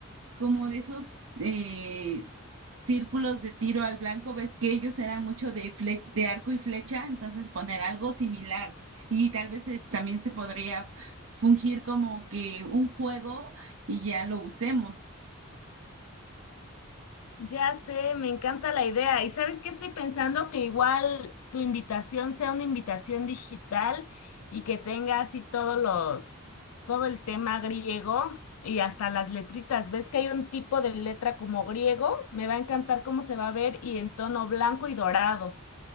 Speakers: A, on the right; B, on the left.
A: como de esos eh, círculos de tiro al blanco, ves que ellos eran mucho de, fle- de arco y flecha, entonces poner algo similar y tal vez se- también se podría fungir como que un juego y ya lo usemos.
B: Ya sé, me encanta la idea. ¿Y sabes qué estoy pensando? Que igual tu invitación sea una invitación digital y que tenga así todos los, todo el tema griego y hasta las letritas. ¿Ves que hay un tipo de letra como griego? Me va a encantar cómo se va a ver y en tono blanco y dorado.